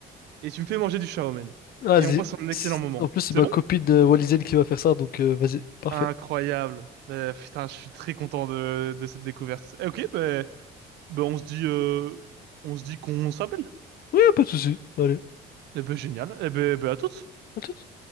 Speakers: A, on the right; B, on the left.
A: Et tu me fais manger du shaomen.
B: Vas-y.
A: Et on passe un
B: Si-
A: excellent moment.
B: En plus, c'est
A: C'est
B: ma
A: bon?
B: copine euh, wallisienne qui va faire ça, donc euh, vas-y. Parfait.
A: Incroyable. Euh, putain, je suis très content de, de cette découverte. Eh, ok, ben ben on se dit, euh, on se dit qu'on s'appelle.
B: Ouais, pas de souci. Allez.
A: Eh ben génial. Eh ben, ben à toutes.
B: À toute.